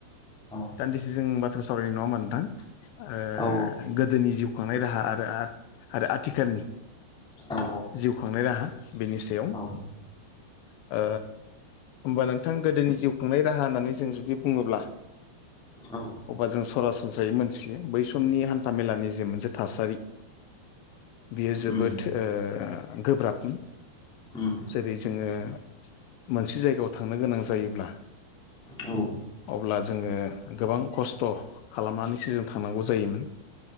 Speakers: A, in the centre; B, on the left (about 80°).
A: औ
B: दान्दिसे जों बाथ्रा सावरायनाय नङा ओमबा नोंथां ओ
A: औ
B: गोदोनि जिउ खांनाय राहा आरो आ आरो आथिखालनि
A: औ
B: जिउ खांनाय राहा बेनि सायाव
A: औ
B: ओ होमबा नोंथां गोदोनि जिउ खुंनाय राहा होननानै जों जुदि बुङोब्ला
A: औ
B: अब्ला जों सरासनस्रायै मोनथियो बै समनि हान्था मेलानि जे मोनसे थासारि बियो जोबोद
A: उम
B: ओ गोब्राबमोन।
A: उम
B: जेरै जोङो मोनसे जायगायाव थांनो गोनां जायोब्ला
A: औ
B: अब्ला जोङो गोबां खस्थ खालामनानैसो जों थांनांगौ जायोमोन।